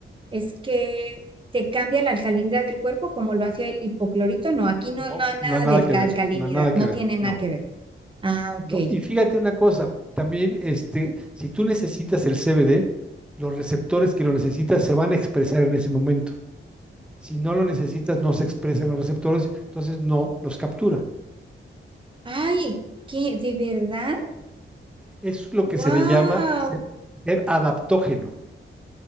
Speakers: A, on the right; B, in the centre.
A: es que te cambia la alcalinidad del cuerpo como lo hacía el hipoclorito. No, aquí no,
B: No,
A: no hay nada
B: no hay nada
A: de alca-
B: que ver,
A: alcalinidad,
B: no hay nada
A: no
B: que ver,
A: tiene nada
B: no.
A: que ver. Ah, ok.
B: no. Y fíjate una cosa, también este, si tú necesitas el CBD, los receptores que lo necesitas se van a expresar en ese momento. Si no lo necesitas, no se expresan los receptores, entonces no los captura.
A: Ay, ¿qué? ¿De verdad?
B: Es lo que
A: ¡Wow!
B: se le llama ser, ser adaptógeno.